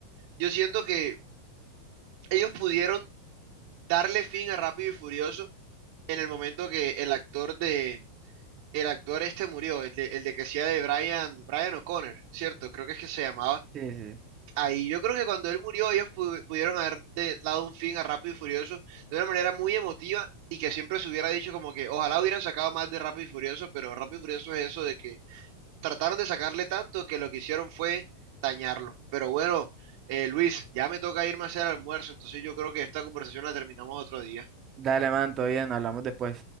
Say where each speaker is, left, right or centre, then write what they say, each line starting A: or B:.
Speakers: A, on the right; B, on the right.
A: yo siento que ellos pudieron darle fin a Rápido y Furioso en el momento que el actor de, el actor este murió, el de, el de que hacía de Brian, Brian O'Connor, ¿cierto? Creo que es que se llamaba
B: Sí, sí. sí.
A: ahí yo creo que cuando él murió, ellos pu- pudieron haber de- dado un fin a Rápido y Furioso de una manera muy emotiva y que siempre se hubiera dicho como que ojalá hubieran sacado más de Rápido y Furioso, pero Rápido y Furioso es eso de que trataron de sacarle tanto que lo que hicieron fue dañarlo. Pero bueno, eh, Luis, ya me toca irme a hacer almuerzo, entonces yo creo que esta conversación la terminamos otro día.
B: Dale, man, todo bien, hablamos después.